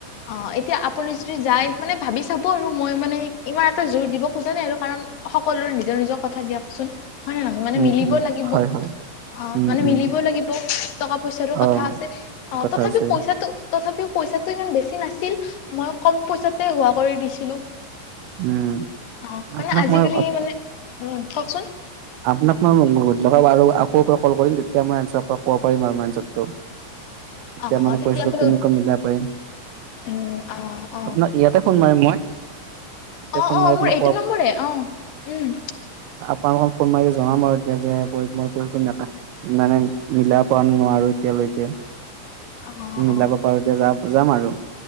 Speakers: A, on the left; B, on the right.
A: অ এতিয়া আপুনি যদি যায় মানে ভাবি চাব আৰু মই মানে ইমান এটা জোৰ দিব খোজা নাই আৰু কাৰণ সকলোৰে নিজৰ নিজৰ কথা দিয়কচোন হয় নহয় মানে
B: উম
A: মিলিব
B: উম
A: লাগিব
B: হয় হয়
A: অ
B: উম
A: মানে
B: উম
A: মিলিব লাগিব টকা পইচাৰো কথা
B: অ
A: আছে অ
B: কথা
A: তথাপি
B: আছে
A: পইচা টো তথাপিও পইচাটো ইমান বেছি নাছিল মই কম পইচাতে হোৱা কৰি দিছিলো,
B: উম
A: অ মানে
B: আপোনাক
A: আজিকালি
B: মই
A: মানে উ কওকচোন।
B: আপোনাক মই মংগ কৰি লগাব আৰু আকৌ পৰা কল কৰিম তেতিয়া মই আনচাৰ ক'ব পাৰিম আৰু মই আনচাৰটো তেতিয়া
A: অ
B: মানে
A: তেতিয়া
B: পইচাটো
A: আপুনি
B: কেনেকৈ মিলাব পাৰিম।
A: উম অ অ
B: আপোনাক ইয়াতে ফোন মাৰিম মই তেতিয়া
A: অ
B: ফোন
A: অ
B: মাৰি
A: মোৰ
B: আপোনাক
A: এইটো
B: ক'ব
A: নম্বৰে অ উম
B: আালোক ফোন মাৰ জনাম আৰু এতিয়া যে মই পইতটো মানে মিলা পোৱা ন নোৱাৰো এতিয়
A: অ',
B: মিলাব পাৰো এতিয়া যাম যাম আৰু